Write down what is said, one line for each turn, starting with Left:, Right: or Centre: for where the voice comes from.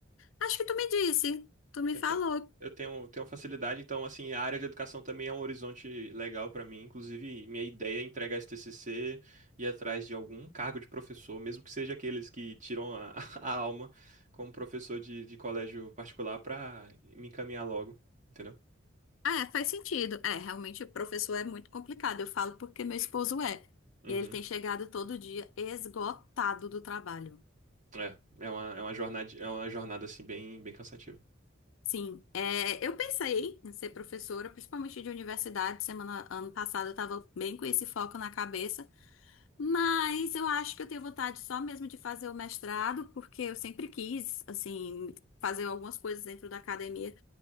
Left: Acho que tu me disse. Tu me
Right: Eu
Left: falou.
Right: tenho, eu tenho, tenho facilidade, então, assim, a área de educação também é um horizonte legal para mim. Inclusive, minha ideia é entregar esse TCC e ir atrás de algum cargo de professor, mesmo que seja aqueles que tiram a, <laughs> a alma como professor de, de colégio particular, para me encaminhar logo, entendeu?
Left: Ah, é, faz sentido. É, realmente o professor é muito complicado. Eu falo porque meu esposo é.
Right: Uhum.
Left: E ele tem chegado todo dia esgotado do trabalho.
Right: É, é uma, é uma jornada, é uma jornada, assim, bem, bem cansativa.
Left: Sim, é, eu pensei em ser professora, principalmente de universidade. Semana, ano passado eu estava bem com esse foco na cabeça, mas eu acho que eu tenho vontade só mesmo de fazer o mestrado, porque eu sempre quis, assim, fazer algumas coisas dentro da academia,